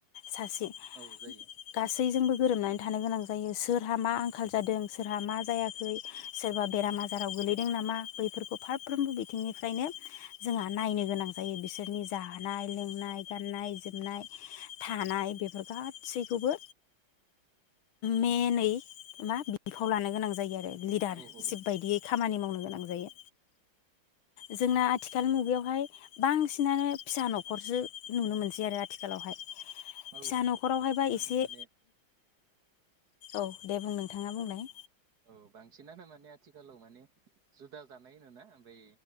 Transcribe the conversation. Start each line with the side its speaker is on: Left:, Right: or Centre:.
Left: सासे
Right: औ जायो
Left: गासैजोंबो गोरोबनानै थानो गोनां जायो। सोरहा मा आंखाल जादों सोरहा मा जायाखै सोरबा बेराम आजाराव गोलैदों नामा बैफोरखौ फारफ्रोमबो बिथिंनिफ्रायनो जोंहा नायनो गोनां जायो बिसोरनि जानाय लोंनाय गाननाय जोमनाय थानाय बेफोर गासैखौबो मे नै मा? बिफाव लानो गोनां जायो आरो लिडार
Right: औ
Left: सिशिफ
Right: औ
Left: बायदियै खामानि मावनो गोनां जायो। जोंना आथिखाल मुगायावहाय बांसिनानो फिसा नखरसो नुनो मोनसै आरो आथिखालावहाय।
Right: औ
Left: फिसा नखरावहायबा
Right: बांसिनानो
Left: एसे
Right: माने
Left: औ दे बुं नोंथाङा बुंलाय
Right: औ बांसिनानो माने आथिखालाव माने जुदा जानाय होना ओमफ्राय